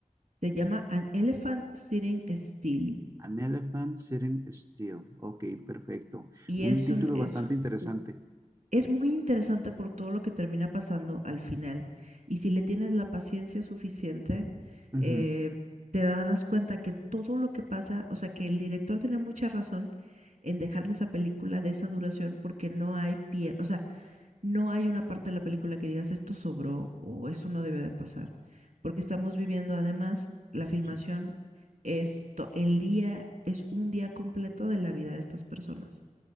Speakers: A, on the right; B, on the right.
A: Se llama An Elephant Sitting Still
B: An Elephant Sitting Still, ok, perfecto,
A: y
B: un
A: es
B: título
A: un, es,
B: bastante interesante.
A: ju- es muy interesante por todo lo que termina pasando al final. Y si le tienes la paciencia suficiente,
B: Ujú,
A: eh,
B: ujú,
A: te darás cuenta que todo lo que pasa, o sea, que el director tiene mucha razón en dejarle esa película de esa duración porque no hay pierde, No hay una parte de la película que digas esto sobró o eso no debe de pasar, porque estamos viviendo además la filmación
B: Sí.
A: es to- el día, es un día completo de la vida de estas personas.